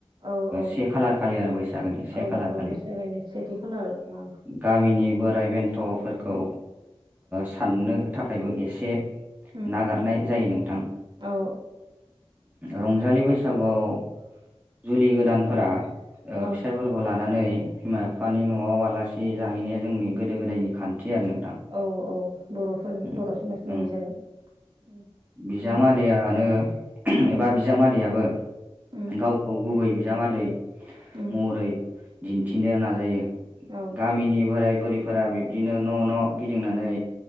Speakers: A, on the right; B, on the right.
A: औ औ
B: से खालार खालि आरो बैसागोनि से
A: औ
B: खालार
A: औ
B: खालि
A: बैसागोनि सेथि खालाराव औ
B: गामिनि बोराय बेन गथ'फोरखौ साननो थाखायबो एसे
A: उम
B: नागारनाय जायो नोंथां।
A: औ
B: रंजालि बैसागुआव जुलि गोदानफोरा
A: औ
B: फिसाइफोरखौ लानानै थानानै बिमा बिफानि न'आव आलासि जाहैनाया जोंनि गोदो गोदायनि खान्थि आरो नोंथां
A: औ औ बर'फोरनि
B: उम
A: बर' समाजनि
B: उम
A: गेजेराव उम
B: बिजामादैयानो
A: उम उम
B: एबा बिजामादैयाबो
A: उम
B: गावखौ गुबै बिजामादै
A: उम
B: महरै दिन्थिनो नाजायो
A: औ
B: गामिनि बोराय बुरैफोरा बिब्दिनो न' न' गिदिंनानै